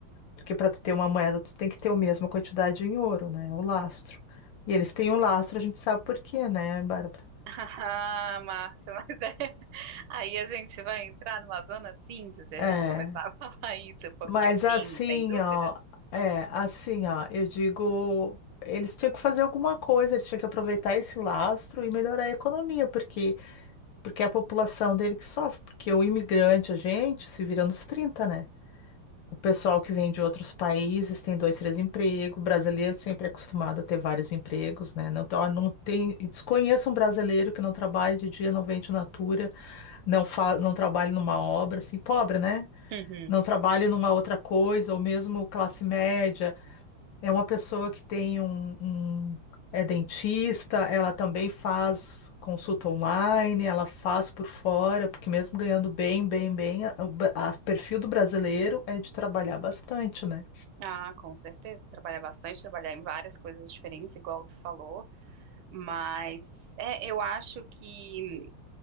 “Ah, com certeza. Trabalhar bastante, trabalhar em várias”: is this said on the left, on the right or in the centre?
Right